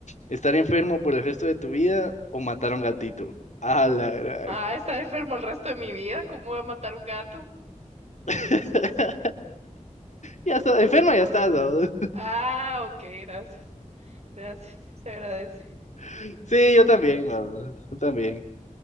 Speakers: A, on the left; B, on the right.
A: ¿Estar enfermo por el resto de tu vida o matar a un gatito? A la gran.
B: Ah, estar <laughs> enfermo el resto de mi vida. ¿Cómo voy a matar un gato?
A: <laughs> Ya está, enfermo ya estás, ¿no?
B: Ah, ok, gracias. Gracias, <laughs> se agradece.
A: <laughs> Sí, yo también, ¿no? Yo también.